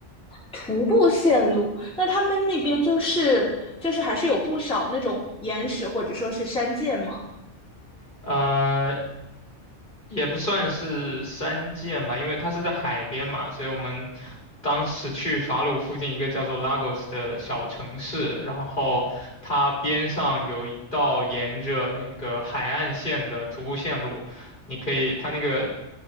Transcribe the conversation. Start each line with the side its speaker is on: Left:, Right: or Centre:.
Centre: 徒步线路，那他们那边就是就是还是有不少那种岩石或者说是山涧吗？
Left: 呃，也不算是山涧吧，因为它是在海边嘛，所以我们当时去法鲁附近一个叫做 Lagos 的小城市，然后它边上有一道沿着那个海岸线的徒步线路，你可以，它那个